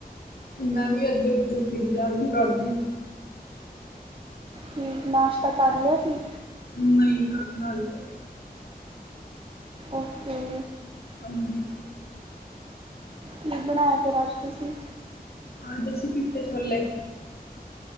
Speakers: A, on the left; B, on the right.
A: ਮੈਂ ਵੀ ਇੱਧਰ-ਉੱਧਰ ਫਿਰੀ ਜਾਰੀ ਘਾਰ ਹੀ।
B: ਸਵੇਰ ਨਾਸ਼ਤਾ ਕਰ ਲਿਆ ਸੀ?
A: ਨਹੀਂ, ਕਰਨਾ ਹਜੇ।
B: ਉਕੇੇ।
A: ਹਾਂਜੀ।
B: ਕੀ ਬਣਾਇਆ ਫੇਰ ਅੱਜ ਤੁਸੀਂ?
A: ਅੱਜ ਅਸੀ ਚੀਟੇ ਛੋਲੇ